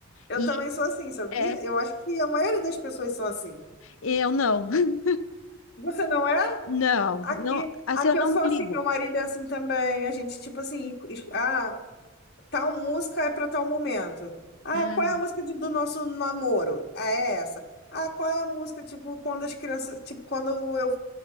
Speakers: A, on the left; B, on the left.
A: Eu
B: E
A: também sou assim, sabia?
B: é,
A: Eu acho que a maioria das pessoas são assim.
B: eu não. <laughs>
A: Você não é?
B: Não,
A: Aqui,
B: não, assim,
A: aqui
B: eu
A: eu
B: não
A: sou
B: me
A: assim,
B: ligo.
A: meu marido é assim também. A gente, tipo assim, es- ah, tal música é para tal momento. Ah,
B: Ah,
A: qual é a música de- do nosso namoro? Ah, é essa. Ah, qual é a música, tipo, quando as crianças, tipo, quando eu,